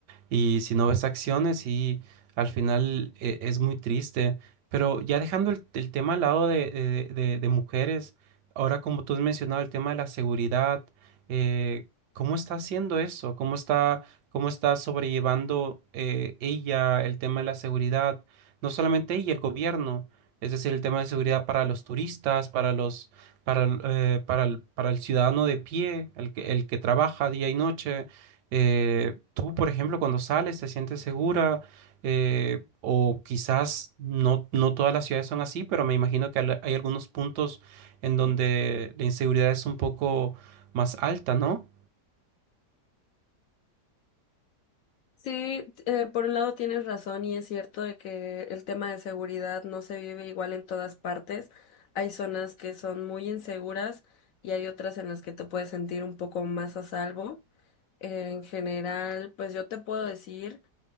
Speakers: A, on the right; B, on the left.
A: y si no ves acciones y al final eh, es muy triste. Pero ya dejando el, el tema al lado de, de- de- de mujeres, ahora como tú has mencionado el tema de la seguridad, eh, ¿cómo está haciendo eso? ¿Cómo está, cómo está sobrellevando eh, ella el tema de la seguridad? No solamente ella, el gobierno, es decir, el tema de seguridad para los turistas, para los para, el, eh, para el, para el ciudadano de pie, el que, el que trabaja día y noche. Eh, tú, por ejemplo, cuando sales te sientes segura, Eh, o quizás no, no todas las ciudades son así, pero me imagino que al- hay algunos puntos en donde la inseguridad es un poco más alta, ¿no?
B: Sí, eh, por un lado tienes razón y es cierto de que el tema de seguridad no se vive igual en todas partes. Hay zonas que son muy inseguras y hay otras en las que te puedes sentir un poco más a salvo. En general, pues yo te puedo decir